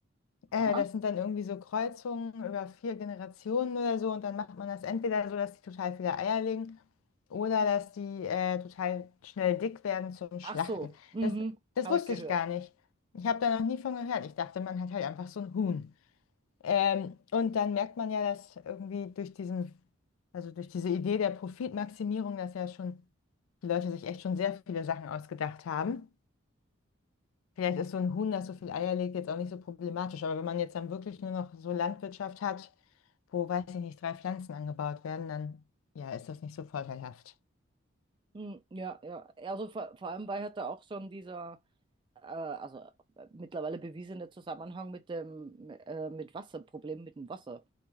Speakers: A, on the left (about 80°); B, on the right (about 25°).
A: Äh,
B: Aha.
A: das sind dann irgendwie so Kreuzungen über vier Generationen oder so und dann macht man das entweder so, dass die total viele Eier legen oder dass die äh, total schnell dick werden zum Schlachten.
B: Ach so, mhm.
A: Das, das
B: Habe
A: wusste
B: ich gehört.
A: ich gar nicht. Ich habe da noch nie von gehört. Ich dachte, man hat halt einfach so ein Huhn. Ähm, und dann merkt man ja, dass irgendwie durch diesen, also durch diese Idee der Profitmaximierung, dass ja schon die Leute sich echt schon sehr viele Sachen ausgedacht haben. Vielleicht ist so ein Huhn, das so viel Eier legt, jetzt auch nicht so problematisch. Aber wenn man jetzt dann wirklich nur noch so Landwirtschaft hat, wo, weiß ich nicht, drei Pflanzen angebaut werden, dann ja, ist das nicht so vorteilhaft.
B: Hm, Ja, ja. Also vor, vor allem, weil halt da auch schon dieser äh, also äh, mittlerweile bewiesene Zusammenhang mit dem äh, mit Wasserproblemen mit dem Wasser